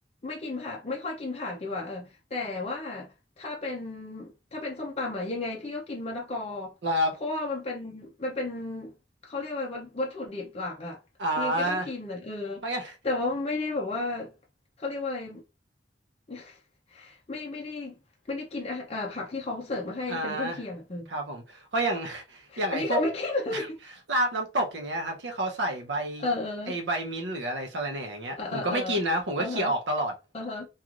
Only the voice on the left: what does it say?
ไม่กินผักไม่ค่อยกินผักดีกว่าเออแต่ว่าถ้าเป็นถ้าเป็นส้มตำอะยังไงพี่ก็กินมะละกอ
เพราะว่ามันเป็นมันเป็นเขาเรียกว่าวัตวัตถุดิบหลักอะยังไงก็ต้องกินอะเออ
แต่ว่าไม่ได้แบบว่าเขาเรียกว่าอะไร <laughs> ไม่ไม่ได้ไม่ได้กินอาหารเอ่อผักที่เขาเสิร์ฟมาให้เป็นเครื่องเคียงอะเออ
อันนี้คือไม่กินเลย
<laughs> เออ
เออเออเออเออเออเออ